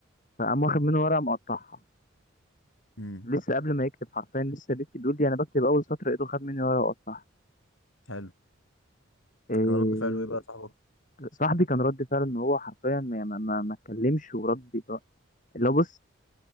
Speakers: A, on the left (about 40°); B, on the left (about 75°).
A: فقام واخد منه ورقه مقطعها
B: امم
A: لسه قبل ما يكتب حرفيا لسه بيكتب بيقول لي انا بكتب اول سطر ايده خد مني ورقه وقطعها
B: حلو
A: إيه
B: كان رد فعله ايه بقى يا صاحبك
A: صاحبي كان رد فعله ان هو حرفيا ما يعني ما ما ما اتكلمش ورد اللي هو بص